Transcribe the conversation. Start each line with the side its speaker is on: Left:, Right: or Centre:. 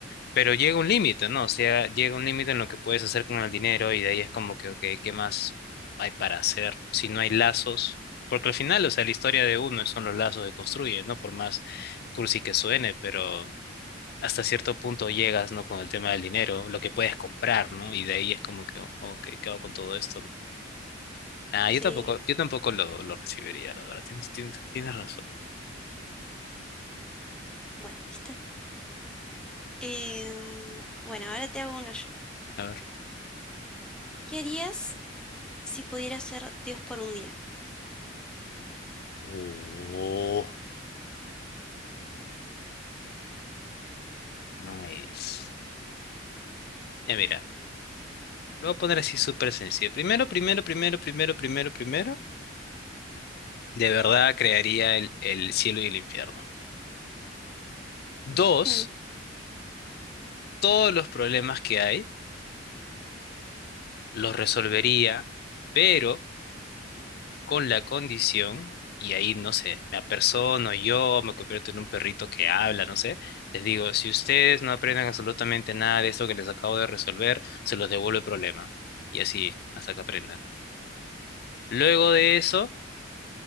Left: Pero llega un límite, ¿no? O sea, llega un límite en lo que puedes hacer con el dinero y de ahí es como que, ok, ¿qué más hay para hacer si no hay lazos? Porque al final, o sea, la historia de uno son los lazos que construye, ¿no? Por más cursi que suene, pero hasta cierto punto llegas, ¿no? Con el tema del dinero, lo que puedes comprar, ¿no? Y de ahí es como que, ok, ¿qué hago con todo esto? ¿no? Ah,
Centre: Sí,
Left: yo tampoco, yo tampoco lo, lo recibiría, la verdad. Tienes, tienes, tienes razón.
Centre: bueno, viste. Em, bueno, ahora te hago una yo.
Left: A ver.
Centre: ¿Qué harías si pudieras ser Dios por un día?
Left: Oh, nice. Ya mira, lo voy a poner así súper sencillo. Primero, primero, primero, primero, primero, primero. De verdad crearía el, el cielo y el infierno. Dos,
Centre: Mm,
Left: todos los problemas que hay los resolvería, pero con la condición, y ahí, no sé, me apersono yo, me convierto en un perrito que habla, no sé, les digo, si ustedes no aprenden absolutamente nada de esto que les acabo de resolver, se los devuelvo el problema. Y así, hasta que aprendan. Luego de eso,